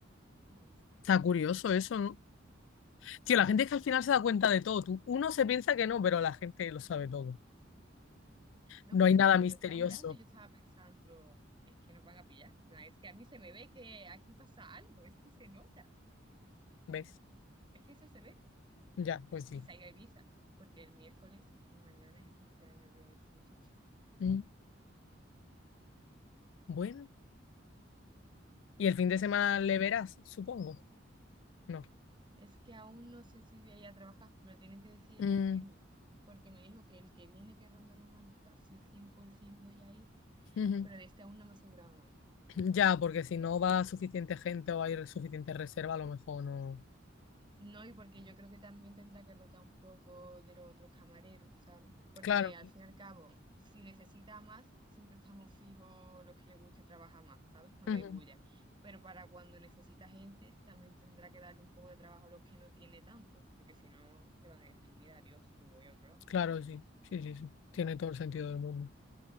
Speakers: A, on the right; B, on the left.
A: No lo sé.
B: Está curioso eso, ¿no? Tío, la gente es que al final se da cuenta de todo. Tú, uno se piensa que no, pero la gente lo sabe todo.
A: No,
B: No
A: pero
B: hay
A: si
B: nada
A: es que
B: misterioso.
A: yo lo estaba mirando y yo estaba pensando, es que nos van a pillar. En plan, es que a mí se me ve que aquí pasa algo, es que se nota,
B: ¿Ves?
A: es que eso se ve.
B: Ya, pues sí.
A: Y salí a Ibiza, porque el miércoles, mañana es el cumpleaños de esta muchacha.
B: Mm. Bueno. Y el fin
A: Así
B: de semana
A: es.
B: le verás, supongo. No.
A: Es que aún no sé si voy a ir a trabajar, me lo tienen que decir
B: Mm,
A: el viernes, porque me dijo que el que viene, que es ronda romántica, sí, 100% voy a ir,
B: ujú.
A: pero
B: <clears throat>
A: de este aún no me he asegurado nada.
B: Ya, porque si no va suficiente gente o hay suficiente reserva, a lo mejor no.
A: No, y porque yo creo que también tendrá que rotar un poco de los otros camareros, ¿sabes? Porque
B: Claro.
A: al fin y al cabo, si necesita más, siempre estamos fijos los que le guste trabajar más, ¿sabes? Cuando
B: ujú.
A: hay bulla. Pero para cuando necesita gente, también tendrá que darle un poco de trabajo a los que no tiene tanto, porque si no, le van a decir, mira, adiós, me voy a otro lado,
B: Claro, sí. Sí, sí, sí. Tiene
A: ¿sabes?
B: todo el sentido del mundo.